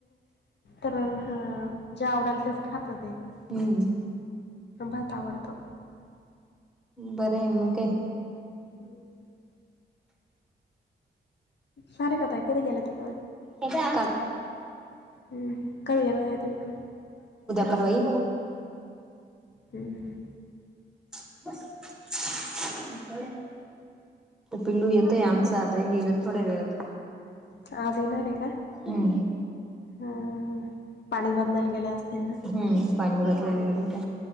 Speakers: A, on the left; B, in the centre.
A: तर ह जे आवडल तेच खातो ते.
B: हम्म.
A: भात आवडतो.
B: बर आहे मग?
A: हम्म सारिक ताय कधी गेलं तिकडं?
B: उद्या
A: हम्म हम्म कधी येणार आहे तिकडून?
B: परवा ई
A: हम हं
B: <inaudible> पिल्लू येतय आमच आताय गेल थोड्या वेळात
A: आज येणार आहे का?
B: हं
A: हं. पाणी बदलायला गेल्या असतील ना?
B: हम्म पाणी बसलाला गेलं का